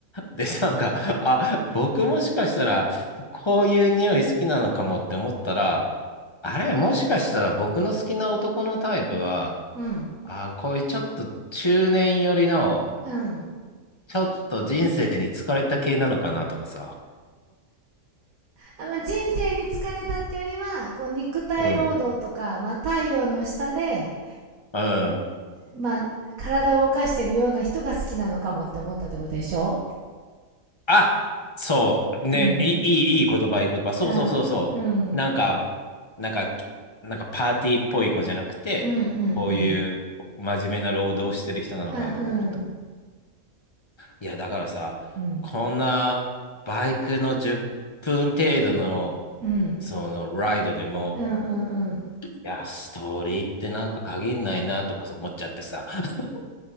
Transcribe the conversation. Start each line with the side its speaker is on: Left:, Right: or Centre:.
Left: で、なんか、あ、僕もしかしたら、こういう匂い好きなのかもって思ったら、あれ、もしかしたら僕の好きな男のタイプは、
Right: うん、
Left: あ、こういうちょっと中年寄りの、
Right: うん。
Left: ちょっと人生に疲れた系なのかなとかさ。
Right: あまあ、人生に疲れたってよりは、こう肉体労働とか、
Left: うん。
Right: まあ、太陽の下で、
Left: うん。
Right: まあ、体を動かしてるような人が好きなのかもって思ったってことでしょ
Left: あ、そう。ね、
Right: うん。
Left: いい、いいいい言葉、いい言葉。そうそうそうそう。
Right: うん、うん。
Left: なんか、なんか、なんかパーティーっぽい子じゃなくて、
Right: うん、うん、うん。
Left: こういう真面目な労働をしてる人なのかなとか思っ
Right: うん、うん。
Left: いや、だからさ、
Right: うん、
Left: こんなバイクの10分程度の、
Right: うん。
Left: そのライドでも、
Right: うん、うん、うん。
Left: いや、ストーリーってなんか限んないなとか思っちゃってさ。<laughs>